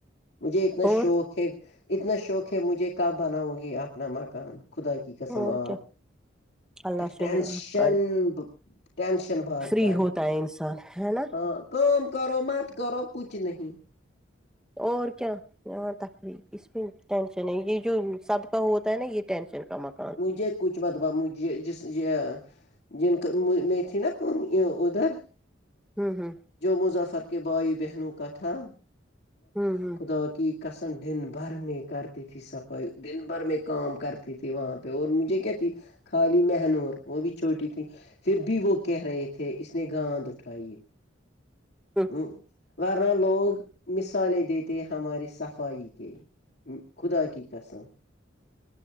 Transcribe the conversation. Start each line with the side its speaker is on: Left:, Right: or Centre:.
Left: مجھے اتنا
Centre: اور
Left: شوق ہے اتنا شوق ہے مجھے کب بناؤ گے اپنا مکان خدا کی قسم
Centre: اور
Left: آپ
Centre: کیا اللہ
Left: ایک
Centre: سنے
Left: ٹینشن
Centre: آپ کا
Left: ٹینشن بھاگتا
Centre: فری ہوتا
Left: ہے
Centre: انسان ہے نا
Left: ہاں کا کرو مت کرو کچھ نہیں
Centre: اور کیا ہاں تفریح اس میں ٹینشن ہے یہ جو سب کا ہوتا ہے نا یہ ٹینشن کا مق
Left: مجھے کچھ متبہ مج جس یہ جن کا میں تھی نا ادھر <unintelligible>
Centre: ہوں ہوں
Left: جو مظفر کے بھائی بہنوں کا تھا
Centre: ہوں ہوں
Left: خدا کی قسم دن بھر میں کرتی تھی صفائی دن بھر میں کا کرتی تھی وہاں اور مجھے کیا تھی خالی مہنور وہ بھی چھوٹی تھی پھر بھی وہ کیا کہہ رہے تھے اس نے گاند اٹھائی ہے
Centre: ہوں
Left: ہ ورنہ لوگ مثالیں دیتے ہمارے صفائی کے خدا کی قسم